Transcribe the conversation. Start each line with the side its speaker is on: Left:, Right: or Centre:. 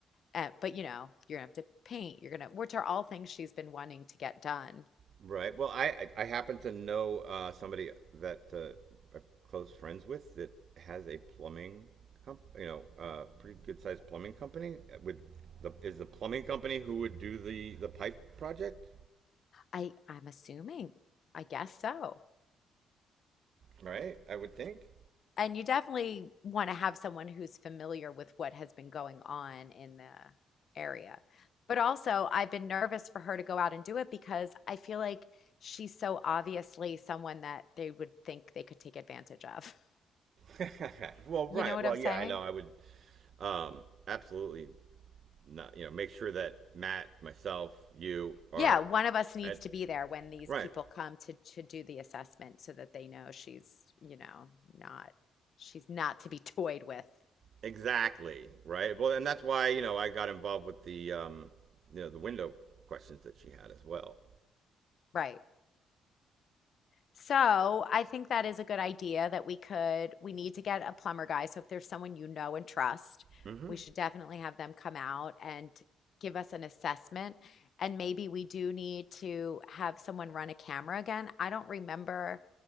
Left: Uh, but you know, you're gonna have to paint, you're gonna, which are all things she's been wanting to get done.
Right: Right. Well, I I, I happen to know uh, somebody that uh, I'm close friends with that has a plumbing comp, you know, uh, pretty good sized plumbing company uh, with the is the plumbing company who would do the the pipe project.
Left: I, I'm assuming, I guess so.
Right: right? I would think.
Left: And you definitely want to have someone who's familiar with what has been going on in the area. But also, I've been nervous for her to go out and do it because I feel like she's so obviously someone that they would think they could take advantage of. <laughs>
Right: <laughs> Well, right.
Left: You know what
Right: Well,
Left: I'm
Right: yeah,
Left: saying?
Right: I know. I would um absolutely not, you know, make sure that Matt, myself, you are
Left: Yeah, one of us needs
Right: at
Left: to be there when these
Right: right.
Left: people come to to do the assessment so that they know she's, you know, not she's not to be <laughs> toyed with.
Right: Exactly, right? Well, and that's why, you know, I got involved with the um you know, the window questions that she had as well.
Left: Right. So I think that is a good idea that we could, we need to get a plumber guy. So if there's someone you know and trust,
Right: hmm
Left: we should definitely have them come out and give us an assessment. And maybe we do need to have someone run a camera again. I don't remember,